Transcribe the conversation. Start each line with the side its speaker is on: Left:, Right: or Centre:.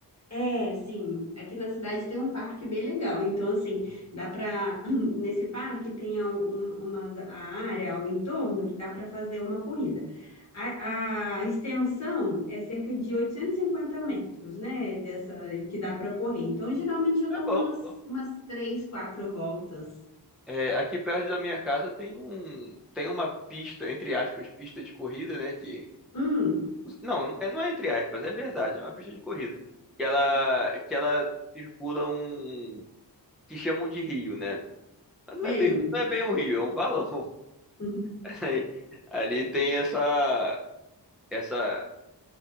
Left: É, sim. Aqui na cidade tem um parque bem legal. Então, assim, dá para <clears throat> nesse parque tem a- um- uma a área ao entorno que dá para fazer uma corrida. A, a extensão é cerca de 850 metros, né? Dessa que dá para correr. Então, geralmente eu dou
Centre: É bom,
Left: umas
Centre: bom.
Left: umas três, quatro voltas.
Centre: É, aqui perto da minha casa tem um tem uma pista, entre aspas, pista de corrida, né? Que
Left: Hum,
Centre: não, é, não é entre aspas, é verdade, é uma pista de corrida. Que ela que ela circula um que chamam de rio, né? Mas não
Left: sim,
Centre: é bem não é bem um rio, é um valão.
Left: <laughs>
Centre: <laughs> Aí, Ali tem essa essa